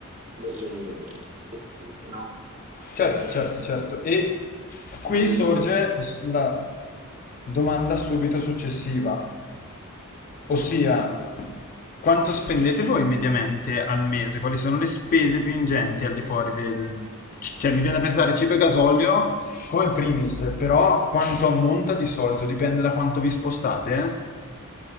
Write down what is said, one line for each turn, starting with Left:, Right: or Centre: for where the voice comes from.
Right: le, le- le spese, no?
Left: Certo, certo, certo. E qui
Right: Capito?
Left: sorge la domanda subito successiva, ossia quanto spendete voi mediamente al mese? Quali sono le spese più ingenti al di fuori del... c- Cioè, mi viene da pensare cibo e gasolio come primis, però quanto ammonta di solito? Dipende da quanto vi spostate, eh?